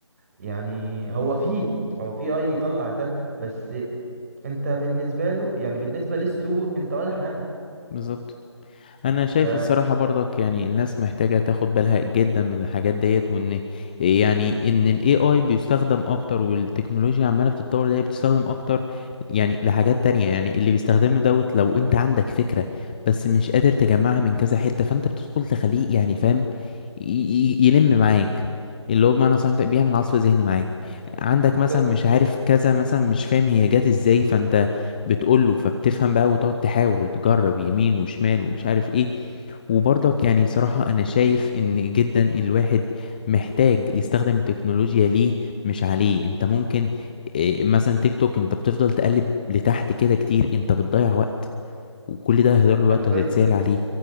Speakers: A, on the right; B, on the left.
A: يعني هو فيه هو فيه اي يطلع ده بس انت بالنسبه له يعني بالنسبه للسوق انت ولا حاجه
B: بالظبط انا
A: ف
B: شايف الصراحه برضك يعني الناس محتاجه تاخد بالها جدا من الحاجات ديت وان يعني ان الاي اي بيستخدم اكتر والتكنولوجيا عماله بتتطور دي بتستخدم اكتر يعني لحاجات تانية يعني اللي بيستخدمه دوت لو انت عندك فكره بس مش قادر تجمعها من كذا حته فانت بتدخل تخليه يعني فاهم ي- ي- يلم معاك اللي هو بمعنى صح انت بيعمل عصف ذهني معاك عندك
A: بالظبط
B: مثلا مش عارف كذا مثلا مش فاهم هي جت ازاي فانت بتقول له فبتفهم بقى وتقعد تحاول وتجرب يمين وشمال ومش عارف ايه وبرضك يعني صراحة أنا شايف إن جدا الواحد محتاج يستخدم التكنولوجيا ليه مش عليه أنت ممكن إيه، مثلا تيك توك أنت بتفضل تقلب لتحت كده كتير أنت بتضيع وقت وكل ده هيهدر له الوقت
A: حرفيا
B: وهتتسال عليه